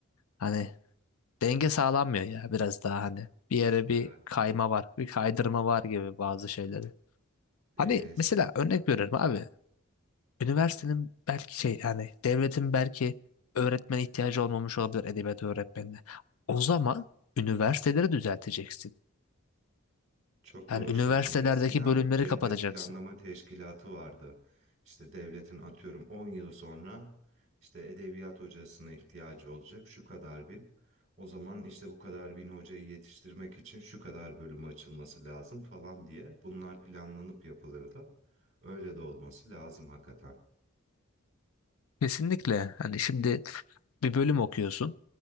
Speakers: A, on the left; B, on the right.
A: Hani denge sağlanmıyor ya biraz daha hani bir yere
B: Evet.
A: bir kayma var, bir kaydırma var gibi bazı şeyleri.
B: Ee,
A: Hani
B: se-
A: mesela örnek veriyorum abi. Üniversitenin belki şey yani devletin belki öğretmene ihtiyacı olmamış olabilir edebiyat öğretmenine. O zaman üniversiteleri düzelteceksin.
B: çok doğru
A: Yani üniversitelerdeki
B: söylüyorsun. Eskiden
A: bölümleri
B: devlet
A: kapatacaksın.
B: planlama teşkilatı vardı. İşte devletin atıyorum 10 yıl sonra işte edebiyat hocasına ihtiyacı olacak şu kadar bin. O zaman işte bu kadar bin hocayı yetiştirmek için şu kadar bölüm açılması lazım falan diye bunlar planlanıp yapılırdı. Öyle de olması lazım hakikaten.
A: Kesinlikle. Hani şimdi bir bölüm okuyorsun.